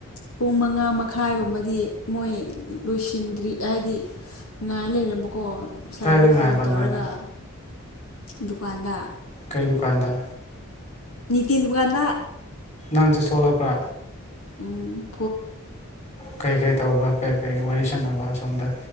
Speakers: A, on the left; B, on the left.
A: ꯄꯨꯡ ꯃꯉꯥ ꯃꯈꯥꯏꯒꯨꯝꯕꯗꯤ ꯃꯣꯏ ꯂꯣꯏꯁꯤꯟꯗ꯭ꯔꯤ ꯍꯥꯏꯗꯤ ꯉꯥꯏ ꯂꯩꯔꯝꯕꯀꯣ ꯁꯥꯔꯗ
B: ꯀꯥꯏꯗ ꯉꯥꯏꯕ
A: ꯐꯣꯟ ꯇꯧꯔꯒ
B: ꯅꯣꯏꯅ
A: ꯗꯨꯀꯥꯟꯗ
B: ꯀꯩ ꯗꯨꯀꯥꯟꯗ
A: ꯇꯤꯟ ꯉꯗ
B: ꯅꯉꯥꯡꯁꯨ ꯁꯣꯛꯂꯛꯄ꯭ꯔꯥ
A: ꯎꯝ
B: ꯀꯩ ꯀꯔꯤ ꯇꯧꯕ ꯀꯔꯤ ꯀꯔꯤ ꯋꯥꯔꯤ ꯁꯥꯟꯅꯕ ꯁꯁꯣꯝꯗ